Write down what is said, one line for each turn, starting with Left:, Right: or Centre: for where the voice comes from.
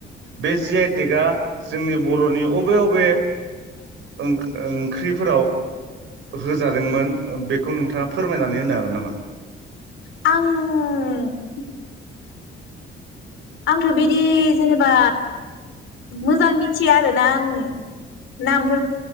Right: बे जि आइटेकआ जोंनि बर'नि अबे अबे ओं ओंख्रिफोराव होजादोंमोन बेखौ नोंथाङा फोरमायनानै होनो हागोन नामा?
Left: आं आंथ' बिदि जेनेबा मोजां मिथ मिथिया आरोना आं नामफोर